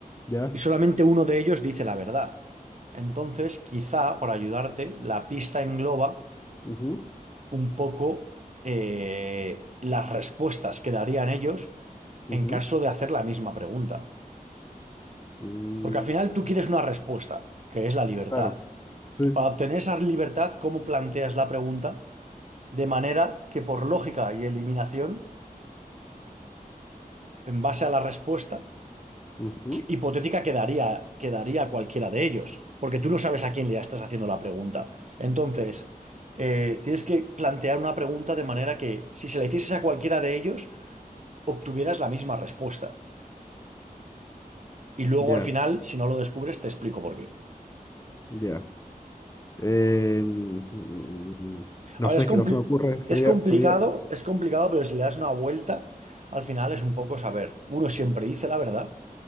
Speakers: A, on the left; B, on the right.
A: ya.
B: y solamente uno de ellos dice la verdad. Entonces, quizá para ayudarte, la pista engloba
A: ujú,
B: un poco eh, las respuestas que darían ellos
A: ujú,
B: en caso de hacer la misma pregunta.
A: mm,
B: Porque al final tú quieres una respuesta, que es la libertad.
A: claro. Sí.
B: Tú, Para obtener esa libertad, ¿cómo planteas la pregunta? De manera que por lógica y eliminación, en base a la respuesta
A: ujú,
B: que- hipotética, quedaría, quedaría a cualquiera de ellos, porque tú no sabes a quién le estás haciendo la pregunta. Entonces, eh, tienes que plantear una pregunta de manera que si se la hicieses a cualquiera de ellos, obtuvieras la misma respuesta. Y luego
A: ya,
B: al final, si no lo descubres, te explico por qué.
A: ya. Eh, mm, mm, no
B: A ver,
A: sé,
B: es compli-
A: que no se me ocurre.
B: es
A: Sería,
B: complicado,
A: sería...
B: es complicado, pero si le das una vuelta, al final es un poco saber. Uno siempre dice la verdad,